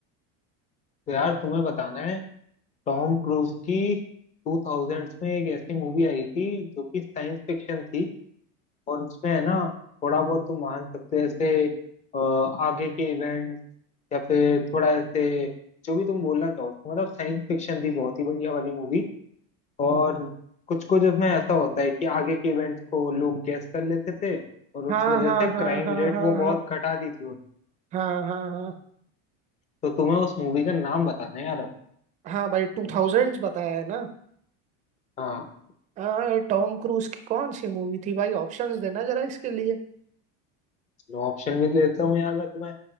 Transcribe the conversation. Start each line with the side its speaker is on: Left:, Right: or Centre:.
Left: तो यार तुम्हें बताना है टॉम क्रूज की टू थाउजेंड्स में एक ऐसी मूवी आई थी जो कि साइंस फिक्शन थी और उसमें है ना थोड़ा बहुत तुम मान सकते हो ऐसे अ, आगे के इवेंट या फिर थोड़ा ऐसे जो भी तुम बोलना चाहो मतलब साइंस फिक्शन थी बहुत ही बढ़िया वाली मूवी और कुछ कुछ उसमें ऐसा होता है कि आगे के इवेंट्स को लोग गेस कर लेते थे और
Right: हाँ
Left: उस वजह
Right: हाँ
Left: से क्राइम
Right: हाँ हाँ
Left: रेट
Right: हाँ
Left: वो बहुत
Right: हाँ
Left: घटा दी थी उन्होंने
Right: हाँ हाँ हाँ
Left: तो तुम्हें उस मूवी का नाम बताना है यार अब
Right: हाँ भाई टू थाउजेंड्स बताया है ना
Left: हाँ
Right: आ, टॉम क्रूज की कौन सी मूवी थी भाई ऑप्शंस देना जरा इसके लिए
Left: चलो ऑप्शन भी दे देता हूँ यार मैं तुम्हें